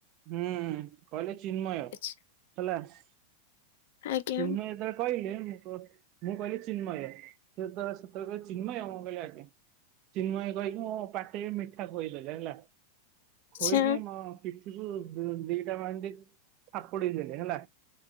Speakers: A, on the right (about 40°); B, on the left (about 55°).
A: ହୁଁ କହିଲେ ଚିନ୍ମୟ
B: ଆଚ୍ଛା,
A: ହେଲା। ଚିନ୍ମୟ
B: ଆଜ୍ଞା
A: ଯେତେବେଳେ କହିଲେ ମୁଁ ମୁଁ କହିଲି ଚିନ୍ମୟ ସେତେଳେ ସେତଳେ କହିଲେ ଚିନ୍ମୟ ମୁଁ କହିଲି ଆଜ୍ଞା। ଚିନ୍ମୟ କହିକି ମୋ ପାଟିରେ ମିଠା ଖୁଆଇଦେଲେ ହେଲା। ଖୋଇକି
B: ଆଚ୍ଛା
A: ମ ପିଠିବୁ ଦିଟା ମାଡି ଥାପୁଡ଼େଇ ଦେଲେ ହେଲା